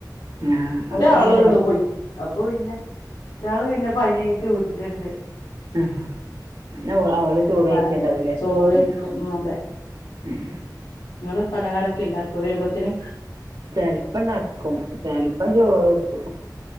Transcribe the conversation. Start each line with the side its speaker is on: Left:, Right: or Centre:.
Right: ആഹ്
Left: ഒരാളുള്ളു
Right: അപ്പൊ പിന്നെ കുഴപ്പ
Left: പോയി അപ്പൊ പിന്നെ ഒറ്റയാള് പിന്നെ പനിയായിട്ട് വീട്ടിലുണ്ട്.
Right: ആ പിന്ന ഓള് അവള് ചോറ്
Left: പ
Right: കഴിക്ക്ണ്ടാവൂലേ
Left: ചോറ് കഴിക്കും
Right: ഉം
Left: അതെ
Right: ഉം
Left: നിങ്ങള് പലഹാരക്കെ ഇണ്ടാക്കുവൊ വെരുമ്പത്തേന്
Right: ചെൽപ്പിണ്ടാക്കും ചെൽപ്പം ചോറ് വെക്കും.